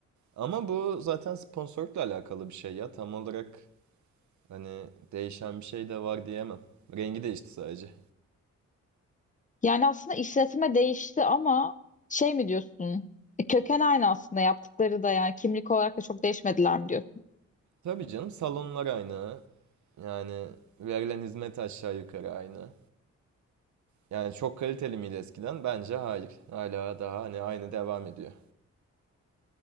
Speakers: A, on the right; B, on the left.
A: Ama bu zaten sponsorlukla alakalı bir şey ya. Tam olarak hani değişen bir şey de var diyemem. Rengi değişti sadece.
B: Yani aslında işletme değişti ama şey mi diyorsun? E, Köken aynı aslında yaptıkları da yani kimlik olarak da çok değişmediler mi diyorsun?
A: Tabii canım salonlar aynı. Yani verilen hizmet aşağı yukarı aynı. Yani çok kaliteli miydi eskiden? Bence hayır. Hala daha hani aynı devam ediyor.